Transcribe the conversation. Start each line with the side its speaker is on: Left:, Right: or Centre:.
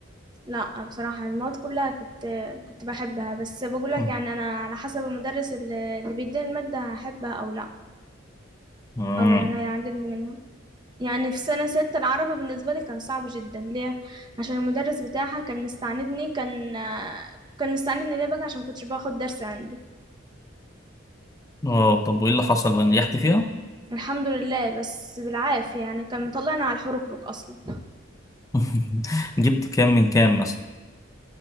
Right: لا بصراحة المواد كلها كنت كنت بحبها بس بقول لك
Left: مم.
Right: يعني انا على حسب المدرس اللي اللي بيديني المادة هحبها او لا
Left: مم.
Right: او يعني هيعجبني منها يعني في سنة ستة العربي بالنسبة لي كان صعب جدا ليه؟ عشان المدرس بتاعها كان مستعندني كان كان مستعندني ليه بقى عشان كنتش باخد درس عنده
Left: اه طب وايه اللي حصل بقى نجحتي فيها؟
Right: الحمد لله بس بالعافية يعني كان مطلعني على الحركرك أصلا
Left: <laughs> جبت كام من كام مثلا